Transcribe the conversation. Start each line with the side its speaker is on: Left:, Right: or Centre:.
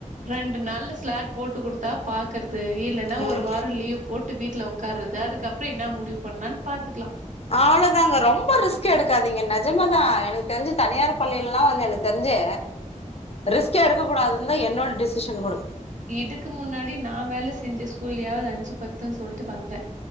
Right: ரெண்டு நாள்ல ஸ்லாட் போட்டு குடுத்தா பாக்கறது இல்லன்னா
Left: ம்
Right: ஒரு வாரோ லீவ் போட்டு வீட்ல உக்கார்றது அதுக்கப்ற என்னா முடிவு பண்லான் பாத்துக்லா.
Left: அவ்ளோதாங்க ரொம்ப ரிஸ்க் எடுக்காதீங்க நெஜமா தா எனக்கு தெரிஞ்சு தனியார் பள்ளில்லா வந்து என தெர்ஞ்சு ரிஸ்கே எடுக்க கூடாதுன்தா என்னோட டிசிஷன் கூடு.
Right: இதுக்கு முன்னாடி நா வேல செஞ்ச ஸ்கூல்லயாவ்து அஞ்சு பத்துன் சொல்ட்டு வந்தே.